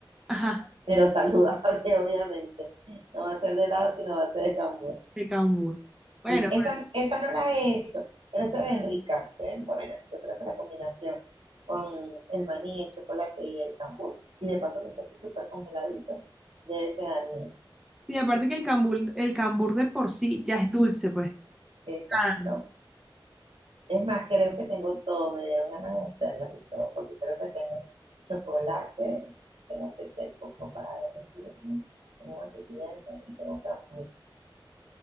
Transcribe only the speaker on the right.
pero saludable, <laughs> obviamente. No va a ser de helado, sino va a ser de cambur.
Sí,
esa, esa no la he hecho, pero se ven ricas, se ven buenas. Yo creo que la combinación con el maní, el chocolate y el cambur, y de paso que está súper congeladito, debe quedar bien.
Exacto.
Es más, creo que tengo todo, me dieron ganas de hacerlas y todo, porque creo que tengo chocolate, tengo aceite de coco para derretir, tengo mantequilla de maní, tengo café.